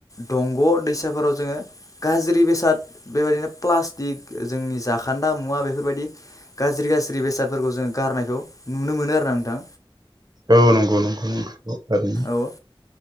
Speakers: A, on the left; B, on the right.
A: दंग' दैसाफोराव जोङो गाज्रि बेसाद। बेबायदिनो प्लास्टिक जोंनि जाखोन्दा मुवा बेफोरबायदि गाज्रि गाज्रि बेसादफोरखौ जों गा गारनायखौ नुनो मोनो आरोना नोंथां।
B: औ नंगौ नंगौ थारैनो।
A: औ